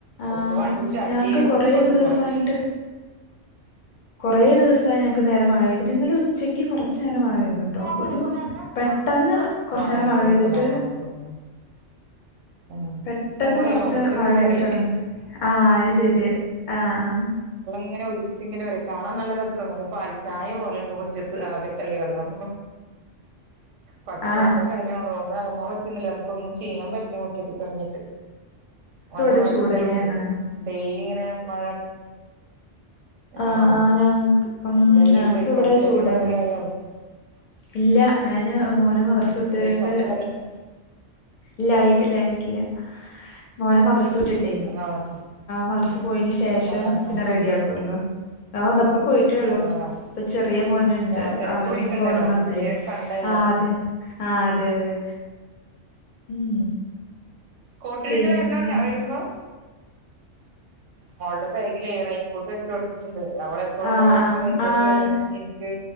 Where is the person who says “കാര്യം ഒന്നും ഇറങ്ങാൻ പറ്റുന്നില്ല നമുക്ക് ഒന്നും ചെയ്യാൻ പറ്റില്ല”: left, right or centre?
Right